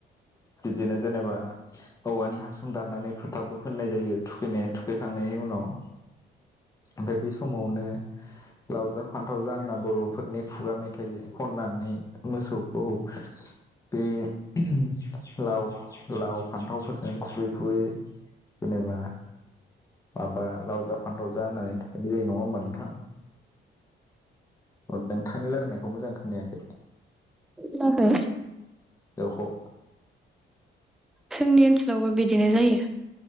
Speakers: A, on the left (about 15°); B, in the centre.
A: बिब्दिनो जेनेबा औवानि हासुं दाननानै फोथाबो फोननाय जायो। थुखैनाय थुखैखांनायनि उनाव ओमफ्राय बे समावनो लाव जा फान्थाव जा होनना बर'फोरनि खुगा मेथाइ खननानै मोसौखौ बे ओहोम लाव-लाव फान्थावफोरजों खुबै खुबै जेनेबा माबा लाव जा फान्थाव जा होननानै थुखैनाय जायो नङा होमबा नोंथां? नोंथांनि लारायनायखौ मोजां खोनायाखै।
B: नाखै?
A: औ खौ <inaudible>
B: जोंनि ओनसोलावबो बिदिनो जायो।